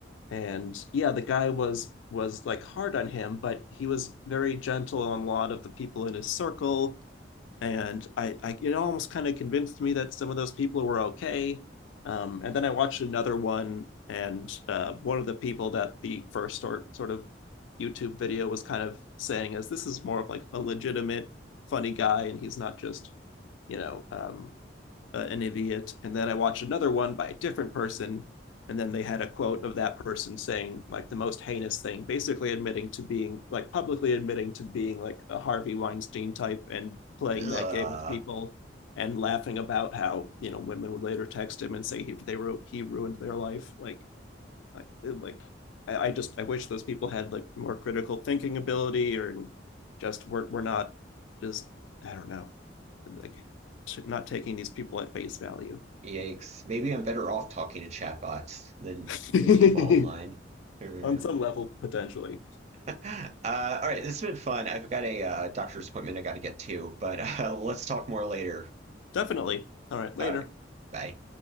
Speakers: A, on the left; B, on the right.
A: And yeah, the guy was was like hard on him, but he was very gentle on a lot of the people in his circle. And I, I it almost kind of convinced me that some of those people were okay. Um, and then I watched another one, and uh, one of the people that the first sort sort of YouTube video was kind of saying is this is more of like a legitimate funny guy, and he's not just you know um, uh, an idiot. And then I watched another one by a different person. And then they had a quote of that person saying like the most heinous thing, basically admitting to being like publicly admitting to being like a Harvey Weinstein type and playing
B: Ugh.
A: that game with people and laughing about how, you know, women would later text him and say he, they wrote, he ruined their life. Like like, like I, I just I wish those people had like more critical thinking ability or just we're we're not just I don't know like not taking these people at face value
B: Yikes! Maybe I'm better off talking to chatbots than
A: <laughs>
B: than people online. I don't
A: on
B: know.
A: some level potentially
B: <laughs> Uh, all right, this has been fun. I've got a uh, doctor's appointment I got to get to, but <laughs> uh, let's talk more later.
A: definitely all right later
B: All right, bye.